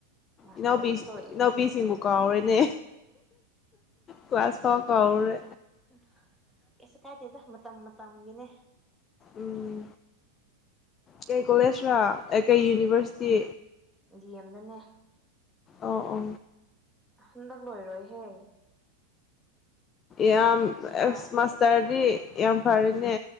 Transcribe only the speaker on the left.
ꯏꯅꯥꯎꯄꯤ-ꯏꯅꯥꯎꯄꯤ
ꯁꯤꯡꯕꯨ ꯀꯥꯎꯔꯦꯅꯦ ꯀꯂꯥꯁ ꯐꯥꯎ ꯀꯥꯎꯔꯦ
ꯎꯝ ꯀꯩ ꯀꯣꯂꯦꯖꯔ ꯀꯩ ꯌꯨꯅꯤꯚꯔꯁꯤꯇꯤ
ꯑ ꯑ
ꯌꯥꯝ
ꯑꯦꯛꯁ ꯃꯥꯁꯇꯔꯗꯤ ꯌꯥꯝ ꯐꯔꯦꯅꯦ